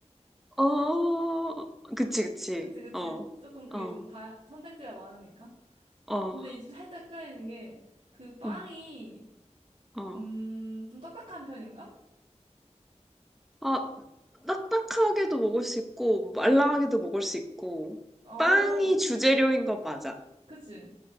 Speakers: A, in the centre; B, on the right (about 80°).
A: 어, 그치, 그치.
B: 그치, 그치?
A: 어,
B: 조금 그게
A: 어,
B: 좀 다, 선택지가 많으니까.
A: 어,
B: 근데 이제 살짝 헷갈리는 게, 그 빵이,
A: 어, 어.
B: 음, 좀 딱딱한 편인가?
A: 아, 딱딱하게도 먹을 수 있고, 말랑하게도
B: 어,
A: 먹을 수 있고,
B: 어,
A: 빵이 주재료인 건 맞아.
B: 그치.